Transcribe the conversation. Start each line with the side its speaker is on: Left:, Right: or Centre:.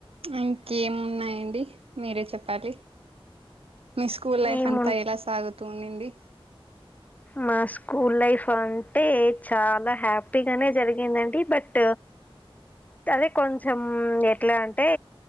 Right: ఇంకేమ్ ఉన్నాయండి మీరే చెప్పాలి. మీ స్కూల్ లైఫ్
Left: ఏమున్
Right: అంతా ఎలా సాగుతూ ఉండింది.
Left: మా స్కూల్ లైఫ్ అంటే చాలా హ్యాపీగానే జరిగిందండి బట్ట. తదే కొంచెం ఎట్లా అంటే.